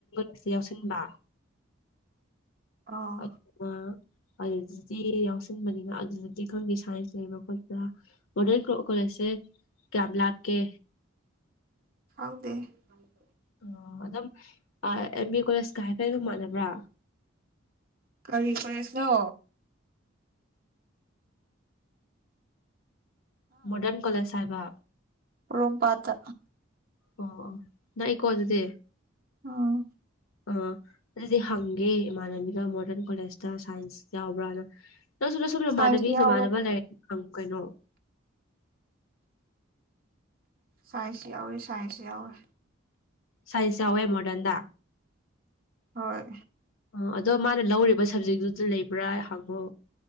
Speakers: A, on the left; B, on the right.
A: ꯑꯁꯤ ꯌꯥꯎꯁꯤꯟꯕ
B: ꯑꯥ
A: ꯑꯩꯠ ꯅ ꯑꯗꯨꯗꯨꯗꯤ ꯌꯥꯎꯁꯟꯕꯅꯤꯅ ꯑꯗꯨꯗꯗꯤ ꯈꯪꯅꯤ ꯁꯥꯏꯟꯁ ꯂꯩꯕ ꯈꯣꯠꯄ꯭ꯔꯥ ꯃꯣꯗꯔꯟꯣ ꯀꯣꯂꯦꯖꯁꯦ ꯀꯌꯥꯝ ꯂꯥꯞꯀꯦ
B: ꯑꯥꯡꯗꯦ <inaudible>
A: ꯑꯣ ꯑꯗꯨꯝ ꯑꯥ ꯑꯦꯝ ꯕꯤ ꯀꯣꯂꯦꯖꯀ ꯍꯥꯏꯐꯠ ꯗꯨꯝ ꯃꯥꯟꯅꯕ꯭ꯔꯥ
B: ꯀꯔꯤ ꯐ꯭ꯔꯦꯁꯅꯣ
A: ꯃꯣꯗꯔꯟ ꯀꯣꯂꯦꯖꯁ ꯍꯥꯏꯕ
B: ꯄꯣꯔꯣꯝ ꯄꯥꯠꯇ
A: ꯑꯣ ꯑꯣ ꯅꯥꯛꯏꯀꯣ ꯑꯗꯨꯗꯤ
B: ꯎꯝ
A: ꯑ ꯗꯨꯗꯤ ꯍꯪꯒꯦ ꯏꯃꯥꯟꯅꯕꯤꯅ ꯃꯣꯗꯔꯟ ꯀꯣꯂꯦꯖꯇ ꯁꯥꯏꯟꯁ ꯌꯥꯎꯕ꯭ꯔꯥꯅ ꯅꯪꯁꯨ ꯅꯥꯪꯁꯨ ꯅꯃꯥꯟꯅꯕꯤ
B: ꯁꯥꯏꯟꯁ ꯌꯥꯎꯋꯦ
A: ꯅꯃꯥꯟꯅꯕ ꯂꯥꯏꯔꯤꯛ ꯍꯪꯉꯨ ꯀꯩꯅꯣ
B: ꯁꯥꯏꯟꯁꯁꯨ ꯌꯥꯎꯋꯤ ꯁꯥꯏꯟꯁꯁꯨ ꯌꯥꯎꯋꯤ
A: ꯁꯥꯏꯟꯁ ꯌꯥꯎꯋꯦ ꯃꯣꯔꯗꯦꯟꯗ
B: ꯍꯣꯏ
A: ꯑꯣ ꯑꯗꯣ ꯃꯥꯅ ꯂꯧꯔꯤꯕ ꯁꯕꯖꯦꯛꯇꯨꯗꯨ ꯂꯩꯕ꯭ꯔꯥ ꯍꯪꯉꯣ